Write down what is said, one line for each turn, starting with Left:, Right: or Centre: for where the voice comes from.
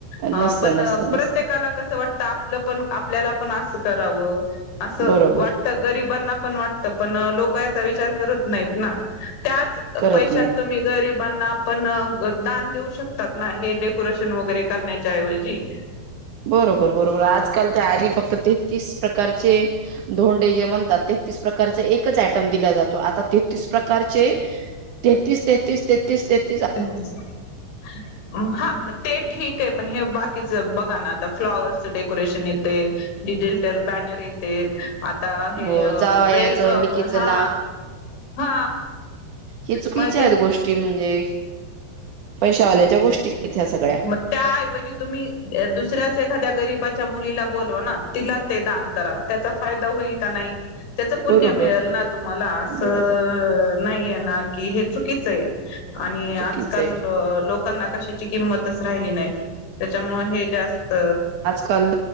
Right: नसतं
Left: ह पण
Right: नसतं
Left: प्रत्येकाला
Right: नसतं
Left: कसं वाटत आपलं पण आपल्याला पण असं करावं. असं
Right: बरोबर
Left: वाटत गरीबांना पण वाटतं, पण लोक याचा विचार करत नाहीत ना. त्याच
Right: करत
Left: पैशात
Right: नाहीत
Left: तुम्ही गरीबांना पण दान देऊ शकतात ना हे डेकोरेशन वगैरे करण्याच्या ऐवजी.
Right: बरोबर! बरोबर! आजकाल ते आधी फक्त तेहतीस प्रकारचे धोंडे जे म्हणतात तेहत्तीस प्रकारचे एकच आयटम दिला जातो, आता तेतीस प्रकारचे, तेतीस-तेतीस-तेतीस-तेती
Left: त्यतिस हा हा! मग ते ठीक आहे पण, हे बाकीच बघा ना आता फ्लॉवर्सचं डेकोरेशन येतय. डिजिटल बॅनर येतेत, आता आता
Right: हो
Left: हे
Right: जावयाचं
Left: वेलकम,
Right: लिकीचं
Left: हा हा.
Right: हि चुकीच्या
Left: मग
Right: आहेत गोष्टी, म्हणजे पैशावाल्याच्या गोष्टी आहेत या सगळ्या
Left: मग त्याऐवजी तुम्ही दुसऱ्याच एखाद्या गरीबाच्या मुलीला बोलवा ना, तिला ते दान करा. त्याचा फायदा होईल का नाही? त्याच पुण्य
Right: बरोबर
Left: मिळेल ना तुम्हाला, असं
Right: बरोबर
Left: नाही आहे ना कि हे चुकीचं हाए आणि
Right: चुकीच
Left: आजकाल
Right: आहे
Left: लोकांना कशाची किंमतच राहिली नाही. त्याच्यामुळे हे जास्त
Right: खल